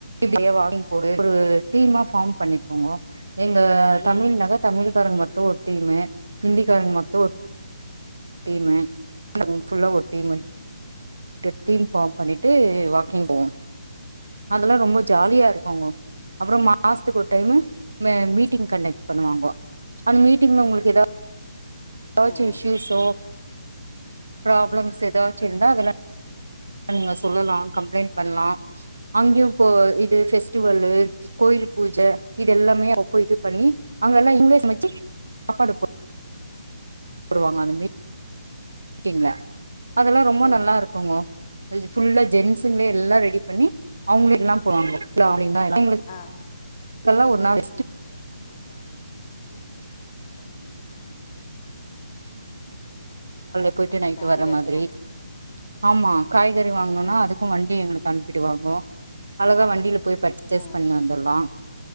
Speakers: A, on the right; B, on the left.
A: இப்படியா வாக்கிங் போடு ஒரு டீமா ஃபார்ம் பண்ணிப்போங்க எங்க
B: ம்
A: தமிழ்னக்க தமிழ் <unintelligible> ட்டும் ஒரு டீம்மு இந்தஹிக்காரங்க மொத்தோ டீம்மு ஃபுல்லா ஒரு டீம் <unintelligible> டீம் ஃபார்ம் பண்ணிட்டு வாக்கிங் போவோம் அதெல்லாம் ரொம்ப ஜாலியா இருக்காங்க அப்புறம் மாசத்துக்கு ஒரு டைமு மே மீட்டிங் கண்டக்ட் பண்ணுவாங்க அந்த மீட்டிங்ல உங்ளுக்கு ஏதாவ் <unintelligible>
B: ம்
A: ப்ராப்ளம்ஸ் ஏதாச்சி இருந்தா <unintelligible> நீங்க சொல்லலாம் கம்ப்ளைண்ட் பண்லாம் அங்கேயும் இப்போ இது பெஸ்டிவல்லு கோயில் பூஜை இது எல்லாமே அப்ப இது பண்ணி அங்க எல்லாம் இங்கேஷ் சமைச்சு சாப்பாடு போ <unintelligible> <unintelligible> அதெல்லாம் ரொம்ப
B: ம்
A: நல்லா இருக்குங்கோ <unintelligible> ஃபுல்லா ஜென்ட்ஸுங்களே எல்லாம் ரெடி பண்ணி அவங்க எல்லாம் போவாங்க <unintelligible>
B: ஆ
A: <unintelligible> கால்ல போயி்ட்டு
B: அப்ப
A: நைட்டு
B: ஜாலியா
A: வர்ர மாதிரி
B: இருக்கு
A: ஆமாம் காய்கறி வாங்கணும்னா
B: ம்
A: அதுக்கும் வண்டி எங்களுக்கு அனுப்பிடு வாங்க அழகா வண்டில போய் பர்ச்சேஸ்
B: ம்
A: பண்ணி வந்துடலாம்